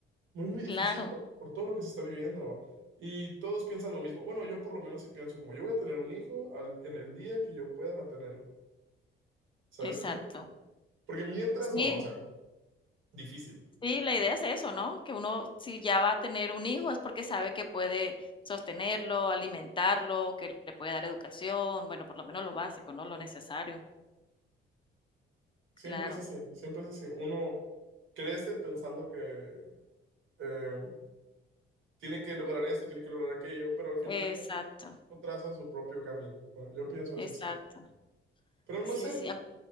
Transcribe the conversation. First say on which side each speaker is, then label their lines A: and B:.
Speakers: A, on the right (about 80°); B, on the left (about 25°).
A: Muy, muy difícil
B: Claro,
A: por, por todo lo que se está viviendo. Y todos piensan lo mismo. Bueno, yo por lo menos sí pienso como yo voy a tener un hijo al- en el día que yo pueda mantenerlo. ¿Sabes
B: exacto.
A: cómo? Porque mientras
B: Sí.
A: no, o sea, difícil.
B: Sí, la idea es eso, ¿no? Que uno, si ya va a tener un hijo, es porque sabe que puede sostenerlo, alimentarlo, que le puede dar educación, bueno, por lo menos lo básico, ¿no? Lo necesario,
A: Siempre
B: claro.
A: es así, siempre es así. Uno crece pensando que eh, tiene que lograr esto, tiene que lograr aquello, pero al final de
B: Exacto,
A: cuentas uno traza su propio camino. Bueno, yo pienso así
B: exacto.
A: siempre. Pero no
B: Sí,
A: sé.
B: sí.